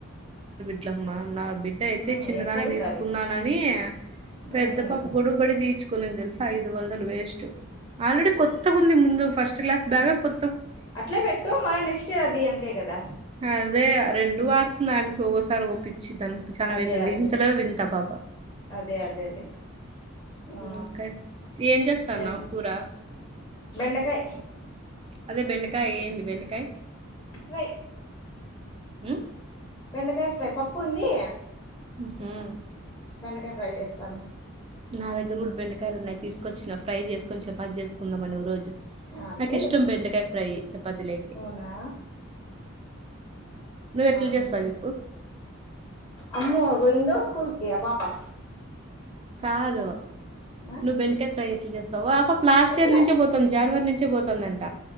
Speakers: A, on the right (about 25°); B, on the left (about 20°).
A: ఇట్లమ్మా నా బిడ్డ అయితే
B: ఉమ్
A: చిన్నదానికి
B: వెనకడుగుతారు
A: తీసుకున్నానని
B: ఉమ్
A: పెద్ద పప్పు గొడుబడి తీచుకుని తెలుసా ఐదు వందలు వేస్ట్ ఆల్రెడీ కొత్తగుంది ముందు ఫస్ట్ క్లాస్ బ్యాగ కొ
B: అట్లె పెట్టు మన నెక్స్ట్ ఇర్ అది అంతే కదా
A: అదే రెండు వాడుతుంది ఆమెకి ఒకోకసారి కచ్చితంగా చాలా
B: అదే
A: వి
B: అదే
A: వింతలే వింత ఆ పాప
B: అదే అదేలే ఆ
A: ఇంకా ఏం చేస్తాన్నావు
B: బెన్
A: కూర
B: బెండకాయ
A: అదే బెండకాయ ఏంది బెండకాయ
B: రే
A: హ
B: బెండకాయ ఫ్రై పప్పు ఉంది
A: ఉహు
B: బెండకాయ ఫ్రై చేస్తాను
A: నా దగ్గర కూడా బెండకాయలున్నాయి తీసుకొచ్చిన ఫ్రై చేసుకొని చపాతిచేసుకుందాం ఓకే రోజు అనీ
B: అంతేలే
A: నాకు ఇష్టం బెండకాయ ఫ్రై వద్దులేండి
B: అవునా
A: నువ్వెట్ల
B: అవునులే
A: చేస్తా చెప్పు
B: అమ్మో పోయిందో స్కూల్ కి ఆ పాపా
A: కాదు
B: ఆ
A: నువ్వు బెండకాయ ఫ్రై ఎట్లా చేస్తావు పాప లాస్ట్
B: ఎట్లా
A: ఇయర్ నుంచే పోతుంది జనవరి నుంచే పోతుందంట